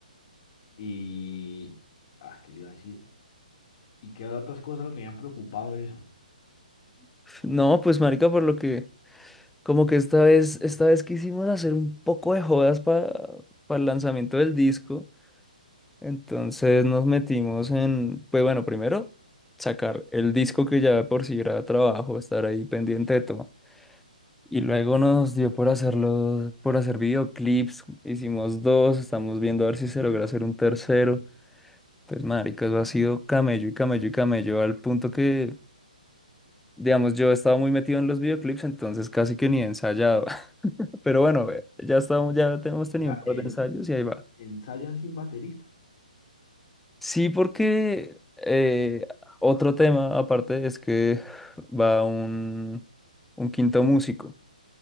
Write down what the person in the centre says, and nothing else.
<laughs> No, pues marica, por lo que, como que esta vez, esta vez quisimos hacer un poco de jodas para el lanzamiento del disco, entonces nos metimos en, pues bueno, primero sacar el disco que ya de por si era trabajo, estar ahí pendiente de todo. Y luego nos dio por hacerlo, por hacer videoclips. Hicimos dos, estamos viendo a ver si se logra hacer un tercero. Pues, marica, eso ha sido camello y camello y camello, al punto que, digamos, yo estaba muy metido en los videoclips, entonces casi que ni he ensayado. <laughs> Pero bueno, eh, ya estamos, ya tenemos
tenido
un par
de ensayos y ahí va.
Sí, porque eh, otro tema aparte es que va un, un quinto músico.